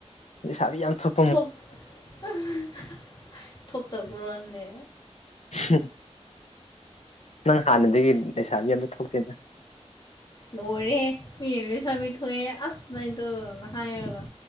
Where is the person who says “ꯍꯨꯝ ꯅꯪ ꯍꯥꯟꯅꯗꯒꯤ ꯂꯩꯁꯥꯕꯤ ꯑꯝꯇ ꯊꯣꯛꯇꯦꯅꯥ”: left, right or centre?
Left